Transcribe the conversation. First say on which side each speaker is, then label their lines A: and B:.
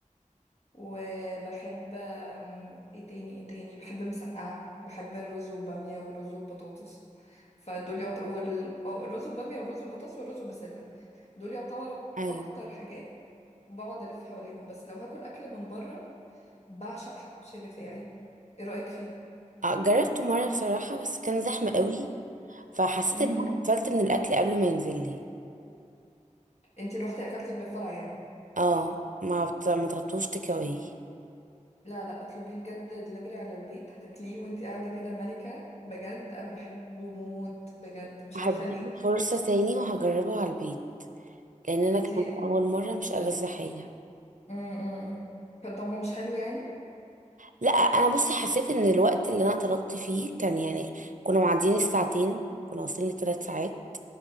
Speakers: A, on the left; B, on the right.
A: وبحب آم، ايه تاني ايه تاني بحب مسقعة بحب الرز وبامية والرز وبطاطس فدول يعتبروا اه الرز وبامية والرز وبطاطس والرز وبسلة دول يعتبروا
B: ايوه
A: أكتر حاجات بقعد ألف حواليهم بس لو هاكل أكل من بره بعشق حواوشي الرفاعي ايه رأيك
B: آه، جربته مرة بصراحة بس كان زحمة قوي فحسيت
A: فيه؟
B: ان انا اتقفلت من الاكل قبل ما ينزل لي
A: انتي روحتي اكلتي اللي بفرع يعني
B: اه ما بت... ما طلبتوش تيك اواي
A: لا لا اطلبيه بجد دليفري على البيت هتاكليه وانتي قاعده كده ملكه بجد انا بحبه موت بجد مش
B: هديله
A: عارفه ليه
B: فرصة تاني وهجربه على البيت لان انا
A: انتي
B: كان اول مرة مش ألذ حاجة
A: امم كان طعمه مش حلو يعني
B: لا انا بصي حسيت ان الوقت اللي انا طلبت فيه كان يعني كنا معديين الساعتين كنا واصلين لثلاث ساعات